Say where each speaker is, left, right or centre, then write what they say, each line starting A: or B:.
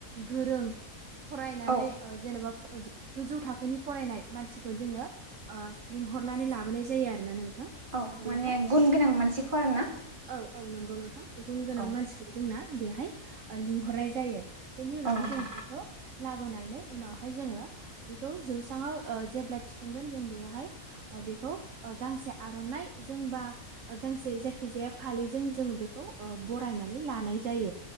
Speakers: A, on the right; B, on the right.
A: गोरों फरायनानै
B: औ
A: जेनेबा गोजौ थाखोनि फरायनाय मानसि खौ जोङो लिंहरनानै लाबोनाय जायो आरोना नों थां
B: औ
A: बेहाय
B: माने गुन गोनां मानसिखौ आरोना
A: औ औ नंगौ नों गुन गोनां
B: औ
A: मानसिखौ जोंना बेहाय लिंहरनाय जायो। बेनि उनावहाय
B: औ नोंथां
A: जों बेखौ लाबोनानै उनावहाय जोङो बेखौ जौसाङाव जेब्ला थिखांगोन जों बेयावहाय बेखौ गांसे आर'नाय जोंबा गांसे जे खिजाया फालिजों जोङो बेखौ बरायनानै लानाय जायो।